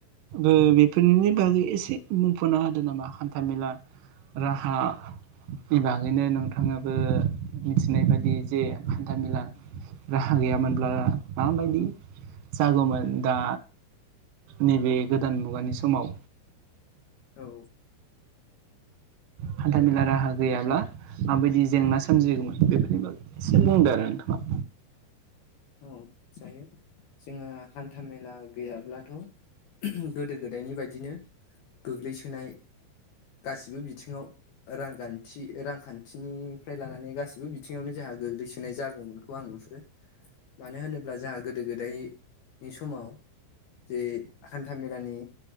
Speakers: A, on the right; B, on the left.
A: ओ बेफोरनिनो बागै एसे बुंफोरना होदो नामा हान्था-मेला राहा नि बागैनो नोंथाङाबो मिथिनाय बादि जे हान्था मेला राहा गैयामोनब्ला माबायदि जागौमोन दा नैबे गोदान मुगानि समाव
B: औ
A: हान्था-मेला राहा गैयाब्ला माबायदि जेंना सोमजिगौमोन बेफोरनि बागै एसे बुंदो आरो नोंथाङा
B: औ जायो जोंहा हान्थ- मेला गैयाब्लाथ' गोदो-गोदायनि बायदिनो गोग्लैसोनाय गासिबो बिथिङाव रांगान्थि रांखान्थिनिफ्राय लानानै गासिबो बिथिङावनो जाहा गोग्लैसोनाय जागौमोन खौ आं नुहुरो मानो होनोब्ला जाहा गोदो-गोदायनि समाव जे हान्था-मेलानि